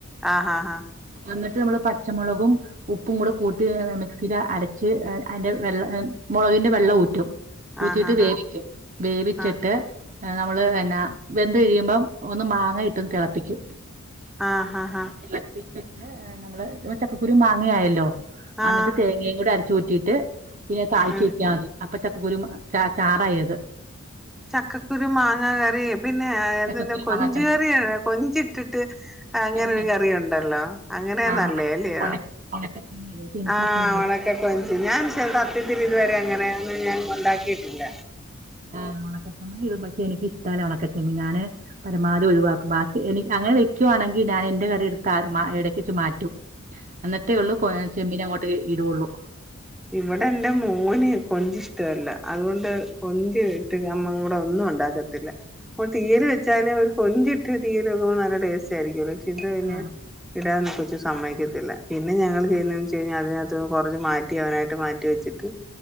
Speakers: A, in the centre; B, on the right.
A: ആ ആ ആഹ്
B: അന്ന് ട്ട് മ്മള് പച്ചമോളകും ഉപ്പും കൂടെ കൂട്ടി മിക്സിൽ അരച്ച് അയിന്റെ വെള്ള മോളകിന്റെ വെള്ളം ഊറ്റും ഊറ്റീട്ട്
A: ആ ഹാ
B: വേവിക്കും
A: ഹാ
B: വേവിച്ചിട്ട്
A: ആഹ്
B: നമ്മള് എനാ വെന്ത് കഴിയുമ്പം ഒന്ന് മാങ്ങ ഇട്ടൊന്ന് തെളപ്പിക്കും
A: ആഹ് ആഹ് ആഹ്
B: തിളപ്പിച്ചിട്ട് <unintelligible> ചക്കക്കുരു മാങ്ങേ ആയല്ലോ
A: ആഹ്
B: അന്നിട്ട് തേങ്ങയ്കൂടെ അരച്ചൂറ്റീട്ട് പിന്നെ താളിച്ചൂറ്റിയാ
A: ഉം
B: മതി അപ്പ ചക്കക്കുരും ച ചാറായത്
A: ചക്കക്കുരു മാങ്ങ കറി പിന്നെ എന്തെന്ത്‌
B: ചക്കക്കുരു
A: കൊഞ്ച്
B: മാങ്ങാക്കറി
A: കറി കൊഞ്ചിട്ടിട്ട് അങ്ങനെ
B: ചെമ്മീൻ
A: ഒരു കറി ഉണ്ടല്ലോ അ അങ്ങനെ
B: ആ
A: നല്ലേല്ലിയോ
B: ഉണക്ക ഉണക്ക ഉണക്ക ചെമ്മീൻ പക്ഷെ എനിക്ക്
A: ആ
B: ചെമ്മീൻ
A: ഒണക്ക കൊഞ്ച് ഞാൻ ക്ഷേ സത്യത്തിൽ ഇത് വരെ അങ്ങനെയൊന്നും ഞാൻ ഉണ്ടാക്കിട്ടില്ല
B: ആ ഒണക്കച്ചെമ്മീൻ ഇടും പക്ഷെ എനിക്ക് ഇഷ്ടല്ല ഒണക്കച്ചെമ്മീൻ ഞാന് പരമാവധി ഒഴിവാക്കും ബാക്കി എനി അങ്ങനെ വെക്കുവാണെങ്കിൽ ഞാൻ എന്റെ കറി എട്ത്ത് താ എടക്ക് വെച്ച് മാറ്റും എന്നിട്ടോള്ളൂ കൊ ചെമ്മീനങ്ങോട്ട് ഇടുവൊള്ളൂ
A: ഇവടെ എന്റെ മോന് കൊഞ്ച് ഇഷ്ടവല്ല അത്കൊണ്ട് കൊഞ്ച് ഇട്ട് നമ്മള് ഇവിടെ ഒന്നും ഉണ്ടാക്കത്തില്ല പ്പോ തീയൽ വെച്ചാലോ കൊഞ്ചിട്ട് തീയല് വേക്കുമ്പം നല്ല ടേസ്റ്റ് ആയിരിക്കുല്ലേ ഇത് തന്നെ
B: ആഹ്
A: ഇടാൻ കൊച്ച് സമയിക്കത്തില്ല പിന്നെ ഞങ്ങള്
B: ആഹ്
A: ചെയ്യുന്നേന്ന് വെച്ച്ഴിഞ്ഞാ അതിനക <unintelligible> കൊറച്ച് മാ റ്റി അവനായിട്ട് മാറ്റി വെച്ചിട്ട്